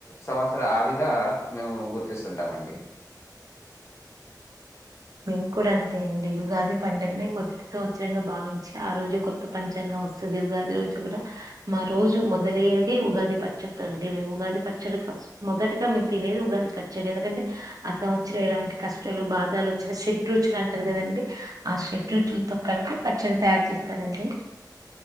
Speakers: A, on the left; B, on the right.
A: సంవత్సర ఆదిగా మేము గుర్తిస్తుంటామండి
B: మేం కూడా అంతే అండి ఉగాది పండగనే <unintelligible> సంవత్సరంగా భావించి ఆ రోజు కొత్త పంచాంగం వస్తుంది ఉగాది రోజు కూడా మా రోజు మొదలయ్యేది ఉగాది పచ్చడితో అండి మేము ఉగాది పచ్చడి ఫస్ట్ మొదటిగా మేము తినేది ఉగాది పచ్చడే ఎందుకంటే ఆ సంవత్సరం ఎలాంటి కష్టాలు బాధలు వచ్ షడ్రుచులు అంటారు కదండి ఆ షడ్రుచులతో కలిపి పచ్చడి తయారు చేస్తారండి